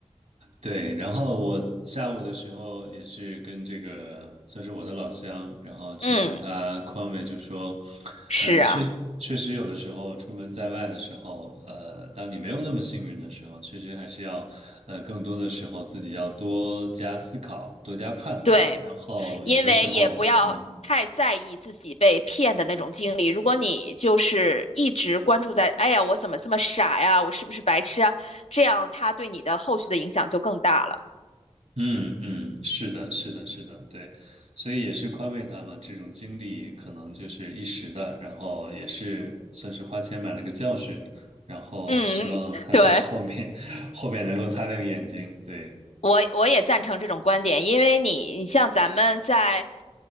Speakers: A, on the right (about 85°); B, on the left (about 70°).
A: 对，然后我下午的时候也是跟这个算是我的老乡，然后去跟他宽慰，
B: 嗯，
A: 就说，
B: 是啊，
A: 嗯，确确实有的时候出门在外的时候，呃，当你没有那么幸运的时候，确实还是要，呃，更多的时候自己要多加思考，多加判断，
B: 对，
A: 然后有的时候，
B: 因为也不要太在意自己被骗的那种经历。
A: 嗯。
B: 如果你就是一直关注在，哎呀，我怎么这么傻呀，我是不是白痴啊？这样他对你的后续的影响就更大了。
A: 嗯嗯，是的，是的，是的，对，所以也是宽慰他嘛。这种经历可能就是一时的，然后也是算是花钱买了个教训，然后希望他在后面
B: 嗯，<laughs> 对，
A: <laughs> 后面能够擦亮眼睛。对，
B: 我我也赞成这种观点，因为你你像咱们在